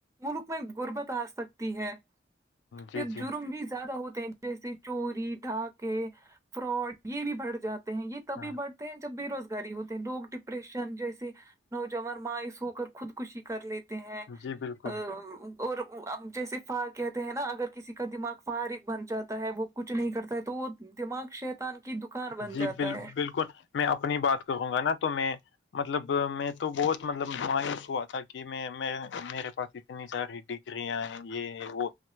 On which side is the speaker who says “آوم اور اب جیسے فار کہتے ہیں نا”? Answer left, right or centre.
Right